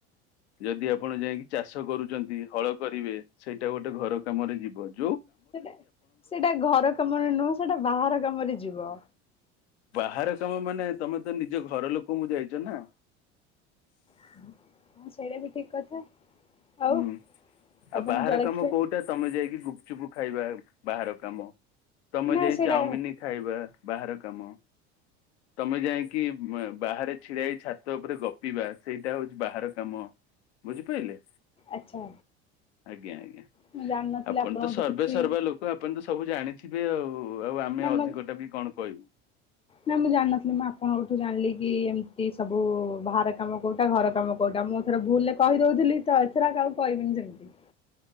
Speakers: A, on the left; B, on the left.
A: ଯଦି ଆପଣ ଯାଇକି ଚାଷ କରୁଛନ୍ତି, ହଳ କରିବେ, ସେଇଟା ଗୋଟେ ଘର କାମରେ ଯିବନି।
B: ସେଇଟା ସେଇଟା ଘର କାମରେ ନୁହଁ ସେଇଟା ବାହାର କାମରେ ଯିବ।
A: ବାହାର କାମ ମାନେ ତମେ ତ ନିଜ ଘର ଲୋକଙ୍କୁ ଯାଇଛ ନା
B: ହଁ ସେଇଟା ବି ଠିକ କଥା। ଆଉ
A: ହୁଁ
B: ଆପଣ
A: ଆଉ ବାହାର
B: ଜଳଖିଆ
A: କାମ କୋଉଟା ତମେ ଯାଇକି ଗୁପ୍ ଚୁପୁ ଖାଇବା ବାହାର କାମ, ତମେ
B: ନା
A: ଯାଇ
B: ସେଇଟା
A: ଚାଉମିନ ଖାଇବା ବାହାର କାମ। ତମେ ଯାଇକି ଉଁ ବାହାରେ ଛିଡା ହେଇ ଛାତ ଉପରେ ଗପିବା ସେଇଟା ହଉଛି ବାହାର କାମ। ବୁଝିପାଇଲେ?
B: ଆଚ୍ଛା।
A: ଆଜ୍ଞା ଆଜ୍ଞା
B: ମୁଁ ଜାଣିନଥିଲି
A: ଆପଣ
B: ଆପଣଙ୍କଠୁ
A: ତ ସର୍ବେ
B: କିଛି
A: ସର୍ବା ଲୋକ ଆପଣ ତ ସବୁ ଜାଣିଥିବେ ଆଉ ଆଉ ଆମେ
B: ନା
A: ଅଧିକଟା
B: ମୁଁ
A: ବି କଣ କହିବୁ।
B: ନା ମୁଁ ଜାଣିନଥିଲି ମୁଁ ଆପଣଙ୍କଠୁ ଜାଣିଲି କି ଏମ୍ ତି ସବୁ ବାହାର କାମ କୋଉଟା ଘର କାମ କୋଉଟା ମୁଁ ଧର ଭୁଲରେ କହିଦଉଥିଲି ତ ଏଥର ଆଉ କାହାକୁ କହିବିନି ସେମିତି।